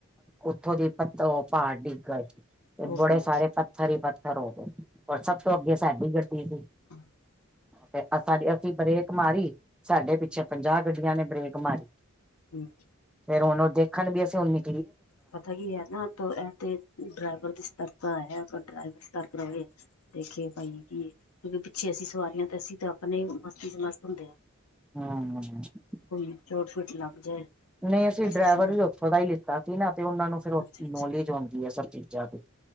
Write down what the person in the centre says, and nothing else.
ਉੱਥੋਂ ਦੀ ਪੱਤੋਂ ਪਹਾੜ ਡਿੱਗਰ, ਤੇ
ਬੜੇ
ਸਾਰੇ ਪੱਥਰ ਪੱਥਰ ਹੀ ਪੱਥਰ ਹੋ ਗਏ ਹੋਰ ਸਭ ਤੋਂ ਅੱਗੇ ਸਾਡੀ ਗੱਡੀ ਸੀ।
ਤੇ ਅਸਾਂ ਅਸੀਂ ਬਰੇਕ ਮਾਰੀ ਸਾਡੇ ਪਿੱਛੇ ਪੰਜਾਹ ਗੱਡੀਆਂ ਨੇ ਬਰੇਕ ਮਾਰੀ।
ਫੇਰ ਉਹ ਦੇਖਣ, ਵੀ ਅਸੀਂ ਉਨੀ
ਹਮ। <inaudible>
ਨਹੀਂ ਅਸੀਂ
ਡਰਾਈਵਰ
ਵੀ ਉੱਥੋਂ ਦਾ ਹੀ ਲਿੱਤਾ ਸੀ ਨਾ, ਤੇ ਉਹਨਾਂ ਨੂੰ ਫਿਰ
ਨੌਲੇਜ ਹੋਨਦੀ ਹੈ ਸਭ ਚੀਜ਼ਾਂ ਦੀ।